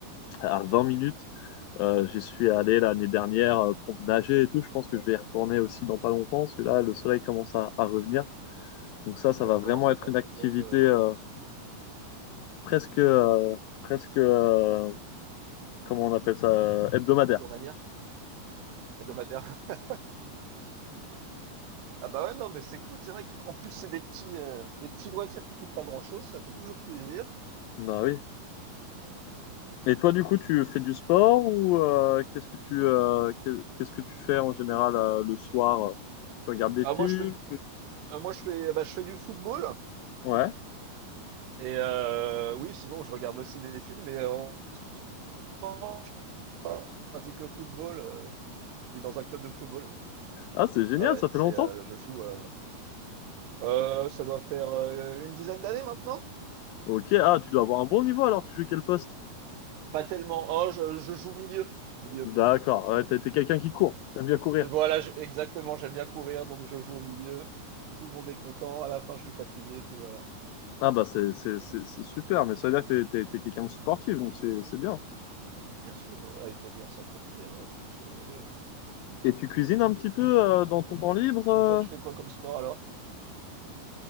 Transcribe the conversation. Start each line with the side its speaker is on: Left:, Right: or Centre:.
Left: à 20 minutes. Euh, j'y suis allé l'année dernière euh, pour me nager et tout. Je pense que je vais y retourner aussi dans pas longtemps, parce que là, le soleil commence à, à revenir. Donc ça,
Right: si
Left: ça
Right: ça
Left: va
Right: commence
Left: vraiment
Right: à
Left: être
Right: taper
Left: une activité
Right: ouais,
Left: euh, presque, euh, presque, euh, comment on appelle ça, euh, hebdomadaire.
Right: journalière, hebdomadaire. <laughs> ah bah ouais, non, mais c'est cool. C'est vrai qu'en plus, c'est des petits, euh, des petits loisirs qui coûtent pas grand-chose. Ça fait toujours plaisir.
Left: Bah oui. Et toi, du coup, tu fais du sport ou euh, qu'est-ce que tu, euh, qu'est- qu'est-ce que tu fais en général euh, le soir? Tu regardes des
Right: Ah,
Left: films?
Right: moi, je fais du, ah, moi, je fais, bah, je fais du football.
Left: Ouais.
Right: Et euh, oui, sinon, je regarde aussi des films. Mais en ce moment, je pratique le football. euh, je suis dans un club de football. oui.
Left: Ah, c'est génial,
Right: Ah ouais,
Left: ça fait
Right: c'est,
Left: longtemps.
Right: euh, je joue. euh, euh, ça doit faire euh, une dizaine d'années maintenant.
Left: Ok, ah, tu dois avoir un bon niveau alors, tu joues quel poste?
Right: Pas tellement. Oh, je, je joue milieu. Milieu.
Left: D'accord, ouais, t'es t'es quelqu'un qui court, t'aimes bien courir.
Right: Voilà, je- exactement, j'aime bien courir, donc je joue au milieu. Tout le monde est content. À la fin, je suis fatigué, puis voilà.
Left: Ah bah c'est c'est- c'est- c'est super, mais ça veut dire que t'es t'es- t'es quelqu'un de sportif, donc c'est c'est bien.
Right: Bien sûr, ouais, il faut bien s'entretenir, euh, monsieur, ouais.
Left: Et tu cuisines un petit peu euh, dans ton temps libre? euh
Right: Et toi, tu fais quoi comme sport alors?